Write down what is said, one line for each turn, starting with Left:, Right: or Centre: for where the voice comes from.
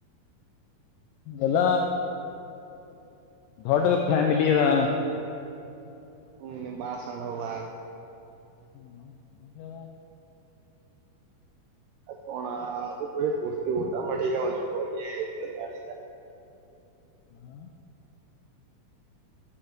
Left: ಎಲ್ಲ ಡ್ಡಫೇಮಿಲಿದ
Right: ಹ್ಮ ಬಾಸಣಲ್ಲ
Left: ಹ್ಮ ನ
Right: ಅ ಪ ನಾ ಅದುಪಯ ಕೂರ್ಟ್ಟಿ ಊಟಮೆಟಿಕಾ ಒಂದು ಕೋರಿ ನಳ
Left: ಹಾ